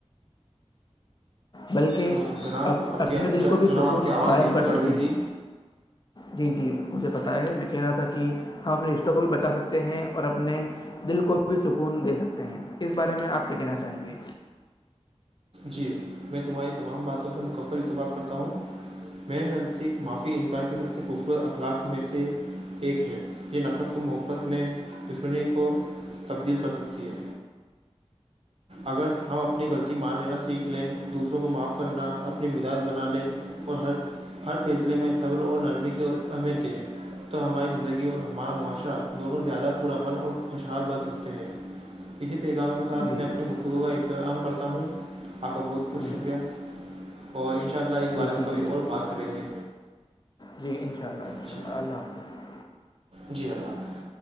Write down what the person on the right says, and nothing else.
جناب
آپ کی
جناب
آپ کی آواز
بیچ میں
کٹ گئی
تھی
جی میں تمہاری تمام باتوں سے مکفل اتفاق کرتا ہوں میرے نزدیک معافی انسان کے سب سے خوبصورت اخلاق میں سے ایک ہے یہ نفرت کو موق خ خت میں دشمنی کو تبدیل کر سکتی ہے اگر ہم اپنی غلطی مان لیں سیکھ لے دوسروں کو معاف کرنا اپنی مزاج بنا لے اور ہر ہر فیصلے میں صبر اور نرمی کے ایں تھے تو ہماری زندگی اور ہمارا معاشرہ دونوں زیادہ پورا من اور خوشحال بن سکتے ہیں اسی پیغام کے ساتھ
میں اپنی
گفتگو کا اخترام کرتا ہوں آپ کا بہت بہت شکریہ
اور ان شاء اللہ اس بارے
میں
کبھی
اور بات
کریں گے
جی
جی اللہ حافظ